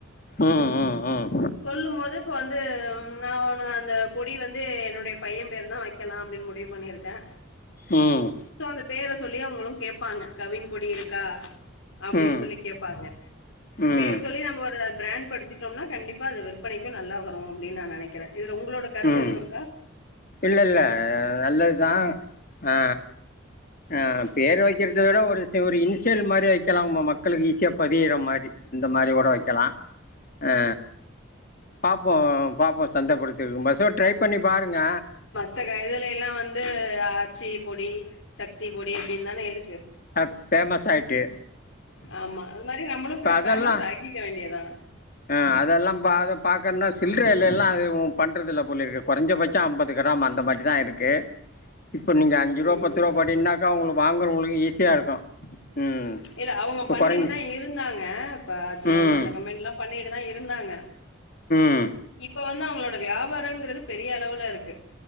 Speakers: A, on the left; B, on the left.
A: ம் ம்
B: சொல்லு போது இப்ப வந்து நா ம அந்த பொடி வந்து என்னுடைய பைய பேரு தா வைக்கலா அப்டின் முடிவு பண்ணிருக்கே
A: ம்
B: சோ அந்த பேர சொல்லி அவுங்களு கேப்பாங்க கவின் பொடி இருக்கா அப்டின்
A: ம் ம்
B: சொல்லி கேப்பாங்க
A: ம்
B: பேர் சொல்லி நம்ம ஒரு பிரண்ட் படுத்திட்டோம்னா கண்டிப்பா அது விற்பனைக்கு நல்லா வரு அப்டின் நா நெனைக்கிற இதுல உங்களோட கருத்து
A: ம்
B: எது இருக்கா
A: இல்ல இல்ல நல்லது தா ஆ ஆ பேர் வைக் கிரத விட ஒரு ஒரு இன்ஸ் சியல் மாரி வைக்கலா உங்க மக்களுக்கு ஈஸியா பதியிற மாரி இந்த மாரி கூட வைக்கலா ஆ பாப்போ பாப்போ சந்தப்படுத் டிது மாசோ ட்ரை பண்ணி பாருங்க
B: மற்ற கைதுல எல்லா வந்து ஆச்சி பொடி சக்தி பொடி அப்டின் தான இருக்கு
A: ட ஃபேமஸ் ஆய்ட்டு
B: ஆமா அது மாரி நம்மளு ஃப ஃபேமஸ்
A: அதெல்லா
B: ஆக்கிக்க வேண்டியதா
A: ஆ அதெல்லா பாக்க பாக்கண்ண சில்றயில்ல எல்லா அது பண்றதில்ல போலிருக்கு கொறஞ்ச பட் ச அம்பது கிராம் அந்த மாரி தா இருக்கு இப்ப நீங்க அஞ்சுருவா
B: ம்
A: பத்துருவா போட்டின்னாக்கா உங்களுக்கு வாங்குறவங்களுக்கு ஈஸியா இருக்கு ம்
B: இல்ல அவுங்க
A: இப்ப
B: பண்ணிட்டுதா
A: கொறைஞ்சு
B: இருந்தாங்க இப்ப அஜய்
A: ம்
B: அவுங்க அந்த கம்பெனில்லா பண்ணிட்டுதா இருந்தாங்க
A: ம்
B: இப்ப வந் து அவுங்களோட வியாபாரங்கிறது பெரிய அளவுல இருக்கு